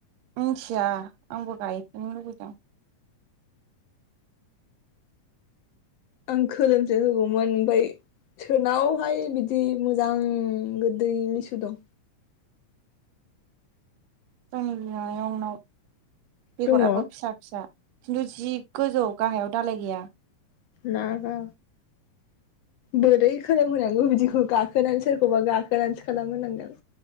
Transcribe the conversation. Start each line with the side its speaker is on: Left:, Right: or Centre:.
Right: मिथिया आंबो गायफैनो लुबैदों।
Left: आं खोलोमसो होगौमोन ओमफाय सोरनावहाय बिदि मोजां गोदै लिसु दं?
Right: जोंनि बिमायं नाव बेगराबो
Left: दङ
Right: फिसा फिसा खिन्थु जि गोजौ गाहायाव दालाय गैया।
Left: ना गा बोरै खोलोमहोनांगौ बिदिखौ गा खोना सोरखौबा गाखोनानसो खालाम होनांगोन।